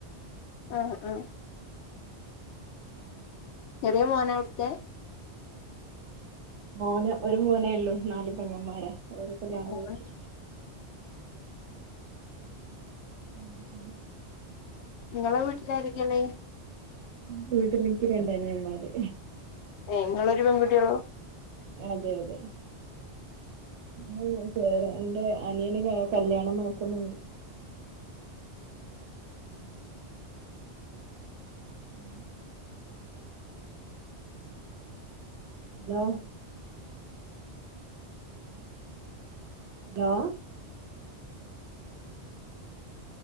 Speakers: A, on the left; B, on the right.
A: ആഹ് ആഹ്
B: ഉം
A: ചെററ്യേ മോനാ അവ്ട്ത്തെ
B: മോന് ഒരു മോനേള്ളൂ നാല് പെങ്ങന്മാര അവരൊക്കെ കല്യാണം
A: ആ
B: കഴിച്ചു ഉം <unintelligible>
A: ഇങ്ങളെ വീട്ടിലാരെക്കെള്ളേ
B: വീട്ടിലിന്ക്ക്‌ രണ്ടനിയമ്മാര്
A: ഏഹ് ഇങ്ങളൊരു പെൺകുട്ട്യോള്ളൂ
B: അതെയതെ ഉം <unintelligible> എന്റെ അനിയന് കല്യാണം നോക്കുന്നുണ്ട് ഹലോ ഹലോ ഹലോ